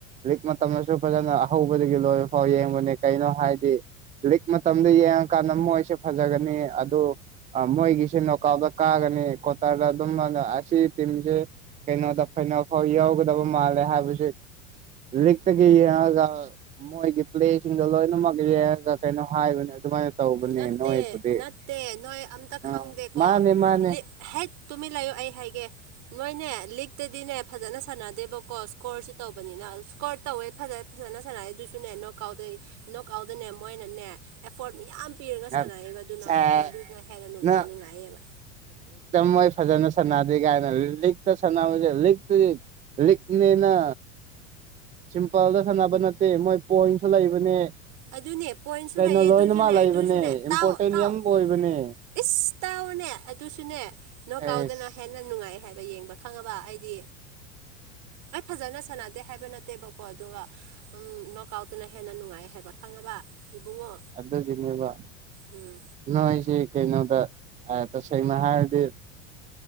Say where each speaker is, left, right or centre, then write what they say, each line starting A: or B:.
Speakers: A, on the right (about 20°); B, on the right (about 50°).
A: ꯂꯤꯖꯤꯛ ꯃꯇꯝꯗꯁꯨ ꯐꯖꯅ ꯑꯍꯧꯕꯗꯒꯤ ꯂꯣꯏꯕ ꯐꯥꯎ ꯌꯦꯡꯕꯅꯦ ꯀꯩꯅꯣ ꯍꯥꯏꯗꯤ ꯂꯤꯛ ꯃꯇꯝꯗ ꯌꯦꯡꯉꯀꯥꯟꯗ ꯃꯣꯏꯁꯦ ꯐꯖꯒꯅꯤ ꯑꯗꯨ ꯃꯣꯏꯒꯤꯁꯦ ꯅꯣꯀꯥꯎꯗ ꯀꯥꯒ ꯀꯊꯔ ꯑꯗꯨ ꯑꯁꯦ ꯇꯁꯦ ꯀꯩꯅꯣꯗ ꯐꯩꯅ ꯑꯐꯥꯎ ꯌꯥꯎꯒꯗꯕ ꯃꯥꯜꯂꯦ ꯍꯥꯏꯕꯁ ꯂꯤꯛꯇꯒꯤ ꯌꯦꯡꯉꯒ ꯃꯣꯏꯒꯤ ꯄ꯭ꯂꯦꯁꯤꯡꯗꯣ ꯂꯣꯏꯅꯃꯛ ꯌꯦꯡꯉꯒ ꯀꯩꯅꯣ ꯍꯥꯏꯕꯅꯦ ꯑꯗꯨꯃꯥꯏꯅ ꯇꯧꯕꯅꯦ
B: ꯅꯠꯇꯦ
A: ꯅꯣꯏꯕꯨꯗꯤ
B: ꯅꯠꯇꯦ ꯅꯣꯏ ꯑꯝꯇ
A: ꯑꯥ
B: ꯈꯪꯗꯦꯀꯣ
A: ꯃꯥꯅꯦ ꯃꯥꯅꯦ
B: ꯂꯤ ꯍꯩ ꯇꯨꯃꯤꯠ ꯂꯥꯛꯌꯣ ꯑꯩ ꯍꯥꯏꯒꯦ ꯅꯣꯏꯅꯦ ꯂꯤꯛꯇꯗꯤꯅꯦ ꯐꯖꯅ ꯁꯥꯟꯅꯗꯦꯕ ꯀꯣ ꯁꯀꯣꯔꯁꯨ ꯇꯧꯕꯅꯤꯅ ꯏꯁꯀꯣꯔ ꯇꯧꯋꯦ ꯐꯖ ꯐꯖꯅ ꯁꯥꯟꯅꯦ ꯑꯗꯨꯁꯨꯅꯦ ꯅꯣꯛ ꯑꯥꯎꯠ ꯇ ꯅꯣꯛ ꯀꯥꯎꯗꯅꯦ ꯃꯣꯏꯅꯅꯦ ꯑꯦꯐꯣꯔꯠ ꯌꯥꯝꯌꯥꯝ ꯄꯤꯔꯒ
A: ꯅꯪ
B: ꯁꯥꯟꯅꯩꯑꯕ ꯑꯗꯨꯅ
A: ꯁꯦ
B: ꯃꯗꯨꯅ ꯍꯦꯟꯅ
A: ꯅꯪ
B: ꯅꯨꯡꯉꯥꯏꯌꯦꯕ
A: ꯃꯣꯏ ꯐꯖꯅ ꯁꯅꯥꯗꯤ ꯀꯥꯏꯅ ꯂꯤꯈ ꯇ ꯁꯅꯥꯦ ꯂ ꯂꯤ ꯂ ꯂꯤꯈꯅꯦꯅ ꯁꯤꯝꯄꯜꯗ ꯁꯥꯟꯅꯕ ꯅꯠꯇꯦ ꯃꯣꯏ ꯄꯣꯏꯟꯁꯨ ꯂꯩꯕꯅꯦ
B: ꯑꯗꯨꯅꯦ ꯄꯣꯏꯟꯁꯨ
A: ꯀꯩꯅꯣ
B: ꯂꯩꯌꯦ
A: ꯂꯣꯏꯅꯃꯛ
B: ꯑꯗꯨꯁꯨꯅꯦ
A: ꯂꯩꯕꯅꯦ
B: ꯑꯗꯨꯁꯨꯅꯦ ꯇꯥꯛꯑꯣ
A: ꯏꯝꯄꯣꯔꯇꯦꯟ
B: ꯇꯥꯛꯑꯣ
A: ꯌꯥꯝ ꯑꯣꯏꯕꯅꯦ
B: ꯏꯁꯁ ꯇꯥꯎꯑꯣꯅꯦ ꯑꯗꯨꯁꯨꯅꯦ ꯅ ꯀꯥꯎꯗꯅ
A: ꯑꯦꯁ
B: ꯍꯦꯟꯅ ꯅꯨꯡꯉꯥꯏ ꯍꯥꯏ ꯌꯦꯡꯕ ꯈꯪꯉꯕ ꯑꯩꯗꯤ ꯑꯩ ꯐꯖꯅ ꯁꯥꯟꯅꯗꯦ ꯍꯥꯏꯕ ꯅꯠꯇꯦꯕꯀꯣ ꯑꯗꯨꯒ ꯎ ꯅꯣꯛ ꯑꯥꯎꯠꯇꯨꯅ ꯍꯦꯟꯅ ꯅꯨꯡꯉꯥꯏ ꯍꯥꯏꯕ ꯈꯪꯉꯕ ꯏꯕꯨꯡꯉꯣ
A: ꯑꯗꯕ
B: ꯎꯝ
A: ꯅꯁꯦ ꯀꯩꯅꯣꯗ ꯇ ꯁꯩ ꯃꯍꯔꯗꯤ